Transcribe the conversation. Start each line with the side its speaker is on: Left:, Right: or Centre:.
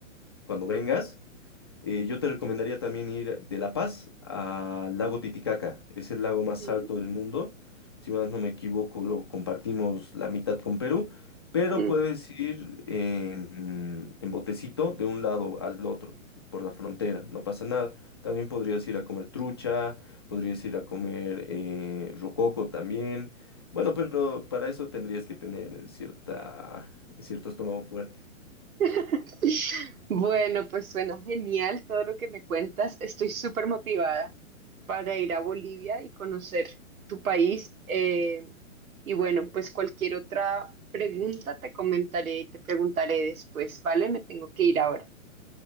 Left: cuando vengas. Eh, yo te recomendaría también ir de La Paz al lago Titicaca. Es el lago
Right: Ujú.
Left: más alto del mundo. Si más no me equivoco, lo compartimos la mitad con Perú, pero
Right: Mm.
Left: puedes ir en, en botecito de un lado al otro, por la frontera, no pasa nada. También podrías ir a comer trucha, podrías ir a comer eh, rococo también. Bueno, pero para eso tendrías que tener cierta, cierto estómago fuerte.
Right: <laughs> Bueno, pues suena genial todo lo que me cuentas. Estoy súper motivada para ir a Bolivia y conocer tu país. Eh, y bueno, pues cualquier otra pregunta te comentaré y te preguntaré después, ¿vale? Me tengo que ir ahora.